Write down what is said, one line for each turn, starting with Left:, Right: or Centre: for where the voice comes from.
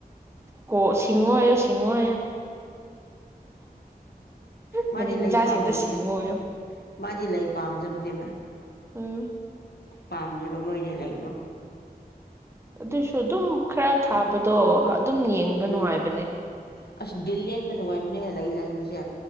Right: ꯀꯣ ꯁꯤꯁꯤꯡꯍ ꯍꯥꯏꯣ ꯊꯉꯣ ꯍꯥꯏ
Left: ꯃꯥꯗꯤ
Right: ꯃꯅꯤꯡ
Left: ꯂꯩ
Right: ꯃꯆꯥꯁꯤꯡꯗ
Left: ꯄꯥꯝꯖꯕꯅꯦ
Right: ꯁꯤꯡꯉꯣ ꯍꯥꯏꯌꯣ
Left: ꯃꯥꯗꯤ ꯂꯩ ꯄꯥꯝꯖꯕꯅꯦ ꯃꯥ
Right: ꯎꯝ
Left: ꯄꯥꯝꯖꯕ ꯃꯣꯏꯒꯤ ꯂꯥꯏꯔꯤꯛꯇꯣ
Right: ꯑꯗꯨꯁꯨ ꯑꯗꯨꯝ ꯈꯔ ꯊꯥꯕꯗꯣ ꯑꯗꯨꯝ ꯌꯦꯡꯕ
Left: ꯎꯝ
Right: ꯅꯨꯡꯉꯥꯏꯕꯅꯦ
Left: ꯑꯁ ꯗꯤꯜ ꯂꯦꯟꯕ ꯅꯨꯡꯉꯥꯏꯕꯅꯦ ꯍꯂ ꯂꯩꯕꯁꯦ